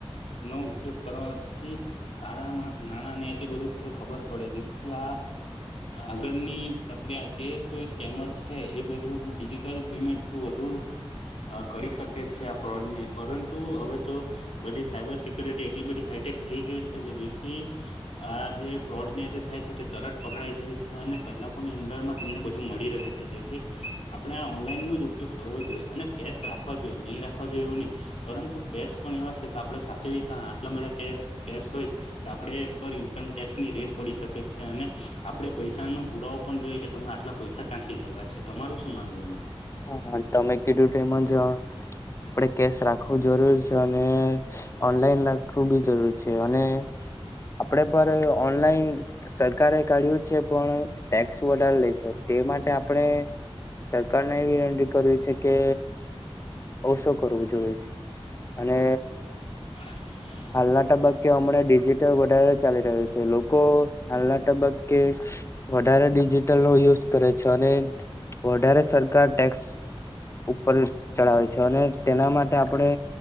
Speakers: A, on the left (about 80°); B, on the left (about 30°).
A: નો ઉપયોગ કરવાથી કાળામાં નાણાં ને તે બધું ખબર પડે તથી આ આગળની પ્રક્રિયા જે કોઈ સ્કેમર છે એ બધું ડિજિટલ પેમેન્ટ શ વધુ કરી શકે છે આ ફ્રોડ ને પરંતુ હવે તો બધી સાયબર સિક્યુરિટી એટલી બધી હાઈટેક થઈ ગઈ છે કે જેથી આ જે ફ્રોડ ને તે થાય છે તે તરત પકડાઈ જાય છે અને કલાકો ની અંદર મા તમને બુંધુ મળી રહે જેથી આપણે ઓનલાઈન નો જ ઉપયોગ કરવો જોઈએ અને કેસ રાખવા જોઈએ નહીં રાખવા જોઈએ એવું નહી પરંતુ કેશ પણ એવા છે કે આપડે સાજવી આટલા બધા કેશ હો તો આપ ઇનકમટેક્સની રેટ પડી શકે છે અને આપે પૈસા ન પૂરા તો પણ જોઈએ કે તમે આટલા પૈસા કાંઠી લેવા છે તમારું શું માનવું એમાં
B: હાાતમે કેટું તેમ જ આપણેે કેશ રાખવું જરૂર છે અને ઓનલાઈન રાખવું બી જરૂર છે અને આપડે પર ઓનલાઈન સરકારે કાઢ્યું જ છે પણ ટેક્સ વધારે લે છે તે માટે આપણે સરકારને એવી વિનંતી કરવી છે કે ઓસો કરવું જરૂરી છે અને
A: <inaudible>
B: હાલના તબક્કે હમણાં ડિજિટલ વધારે ચાલી રહ્યું છે લોકો હાલના તબક્કે વધારે ડિજિટલ નો યુઝ કરે છે અને વધારે સરકાર ટેક્સ ઉપર ચડાવેે છે અને તેના માટે આપણે